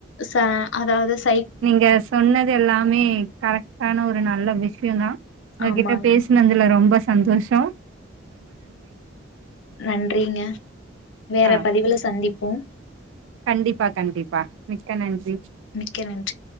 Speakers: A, on the left; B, on the right.
A: ச அதாவ்து ஸ்
B: நீங்க சொன்னது எல்லாமே கரெக்டான ஒரு நல்ல விஷ்யோ தா உங்ககிட்ட
A: ஆமாங்க.
B: பேசுனதுல ரொம்ப சந்தோஷோ
A: நன்றிங்க வேற
B: ஆ
A: பதிவுல சந்திப் போம்
B: கண்டிப்பா கண்டிப்பா மிக்க நன்றி
A: மிக்க நன்றி